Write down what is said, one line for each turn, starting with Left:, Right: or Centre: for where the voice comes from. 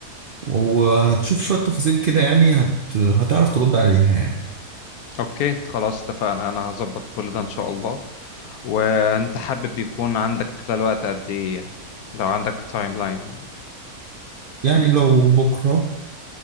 Right: وهتشوف شوية تفاصيل كده يعني هت... هتعرف ترد عليها يعني
Left: اوكي خلاص اتفقنا انا هظبط كل ده ان شاء الله وانت حابب يكون عندك في خلال وقت قد ايه يعني؟ لو عندك تايم لاين
Right: يعني لو بكرة